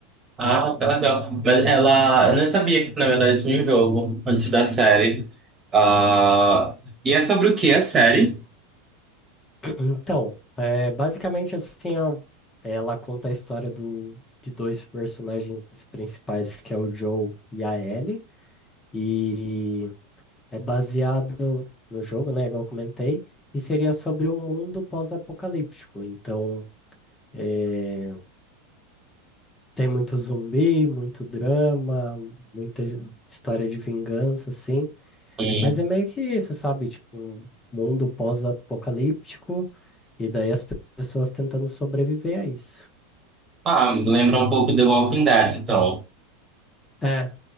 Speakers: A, on the right (about 25°); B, on the left (about 20°).
A: Ah, tá legal. Mas ela, eu não sabia que na verdade tinha um jogo antes da série. Ah, e é sobre o que a série?
B: Então, é, basicamente assim, ó, ela conta a história do, de dois personagens principais, que é o Joe e a Ellie, e é baseado no jogo, né, igual eu comentei, e seria sobre o mundo pós-apocalíptico. Então, é, tem muito zumbi, muito drama, muita his- história de vingança, assim.
A: E,
B: Mas é meio que isso, sabe? Tipo, um mundo pós-apocalíptico, e daí as pe- pessoas tentando sobreviver a isso.
A: ah, lembra um pouco The Walking Dead, então.
B: É,